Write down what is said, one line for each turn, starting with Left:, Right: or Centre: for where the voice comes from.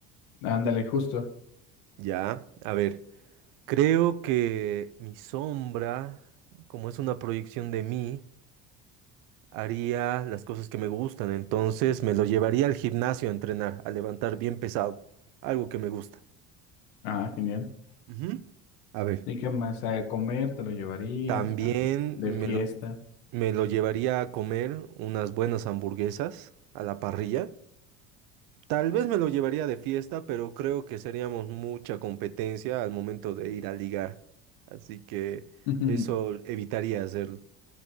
Left: Ándale, justo.
Right: Ya, a ver. Creo que mi sombra, como es una proyección de mí. haría las cosas que me gustan, entonces me lo llevaría al gimnasio a entrenar, a levantar bien pesado, algo que me gusta.
Left: Ah, genial.
Right: Ujú. A ver.
Left: ¿Y qué más? ¿A comer te lo llevarías?
Right: También
Left: ¿A- ¿De
Right: me
Left: fiesta?
Right: lo, me lo llevaría a comer unas buenas hamburguesas a la parrilla. Tal vez me lo llevaría de fiesta, pero creo que seríamos mucha competencia al momento de ir a ligar. Así que
Left: <laughs>
Right: eso evitaría hacerlo.